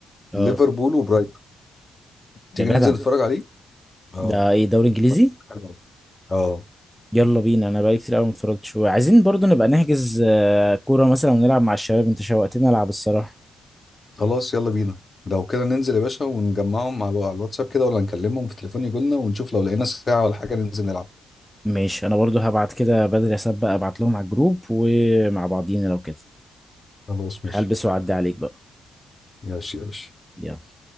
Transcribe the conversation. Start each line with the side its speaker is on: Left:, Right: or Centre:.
Centre: اه
Left: ليفربول وبرايتون تيجي
Centre: يا جدع
Left: ننزل نتفرج عليه اه
Centre: ده ايه دوري انجليزي
Left: حلو. اه
Centre: يلا بينا انا بقالي كتير قوي ما اتفرجتش وعايزين برضو نبقى نحجز آه، كوره مثلا ونلعب مع الشباب انت شوقتني العب الصراحه
Left: خلاص يلا بينا لو كده ننزل يا باشا ونجمعهم على الو- على الواتساب كده ولا نكلمهم في تليفون يجولنا ونشوف لو لقينا ساعة ولا حاجة ننزل نلعب
Centre: ماشي انا برضو هبعت كده بدري اسبق ابعت لهم على الجروب ومع بعضينا لو كده
Left: خلاص ماشي
Centre: هلبس واعدي عليك بقى
Left: ماشي يا باشا
Centre: يلا.